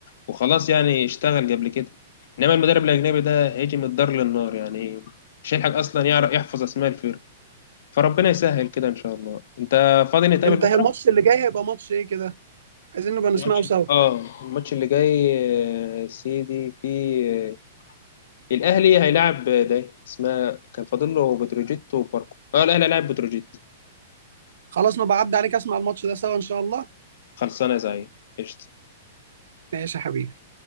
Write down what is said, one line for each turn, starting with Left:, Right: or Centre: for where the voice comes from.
Left: وخلاص يعني اشتغل قبل كده انما المدرب الأجنبي ده هيجي من الدار للنار يعني مش هيلحق اصلا يعرف يحفظ اسماء الفرق فربنا يسهل كده ان شاء الله انت فاضي نتقابل
Right: انت
Left: بكره
Right: الماتش اللي جاي هيبقى ماتش ايه كده عايزين نبقى نسمعه
Left: الماتش
Right: سوا
Left: اه الماتش اللي جاي آه، يا سيدي في آه، الاهلي هيلاعب آه، ده اسمها كان فاضل له بتروجيت وفاركو اه الاهلي هيلاعب بتروجيت
Right: خلاص نبقى عدى عليك اسمع الماتش ده سوا ان شاء الله
Left: خلصانه يا زعيم قشطه
Right: ماشي يا حبيبي